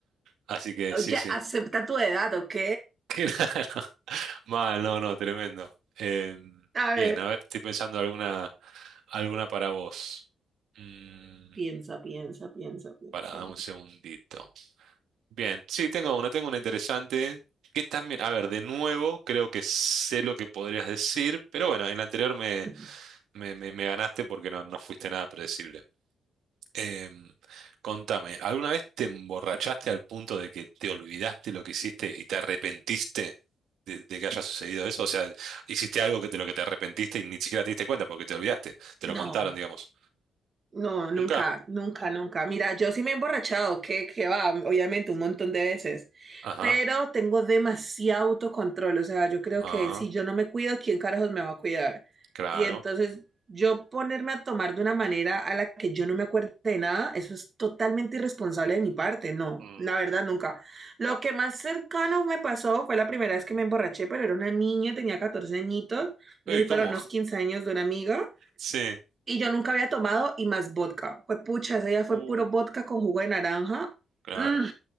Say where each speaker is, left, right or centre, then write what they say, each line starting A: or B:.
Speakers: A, on the right; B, on the right.
A: Así que
B: oye,
A: sí, sí.
B: acepta tu edad, ¿ok?
A: <laughs> Claro. Mal, no, no, tremendo. Eh,
B: A
A: bien,
B: ver.
A: a ver, estoy pensando alguna, alguna para vos. Mm,
B: Piensa, piensa, piensa, piensa.
A: para, dame un segundito. Bien, sí, tengo una, tengo una interesante. Que también, a ver, de nuevo, creo que sé lo que podrías decir, pero bueno, en la anterior me,
B: <laughs>
A: me, me- me ganaste porque no, no fuiste nada predecible. Em, contame, ¿alguna vez te emborrachaste al punto de que te olvidaste lo que hiciste y te arrepentiste de, de que haya sucedido eso? O sea, hiciste algo que de lo que te arrepentiste y ni siquiera te diste cuenta porque te olvidaste, te
B: No.
A: lo contaron, digamos.
B: No, nunca,
A: ¿Nunca?
B: nunca, nunca. Mira, yo sí me he emborrachado, que, que va, obviamente un montón de veces,
A: Ajá,
B: pero tengo demasiado autocontrol, o sea, yo creo
A: ah,
B: que si yo no me cuido, ¿quién carajos me va a cuidar?
A: claro.
B: Y entonces yo ponerme a tomar de una manera a la que yo no me acuerde de nada, eso es totalmente irresponsable de mi parte, no,
A: Mm.
B: la verdad, nunca. Lo que más cercano me pasó fue la primera vez que me emborraché, pero era una niña, tenía 14 añitos, me
A: Uy,
B: fui
A: ¿cómo?
B: para unos 15
A: <laughs>
B: años de una amiga.
A: Sí.
B: Y yo nunca había tomado y más vodka. Fue pucha, ese día fue
A: Uh,
B: puro vodka con jugo de naranja.
A: claro.
B: Mm,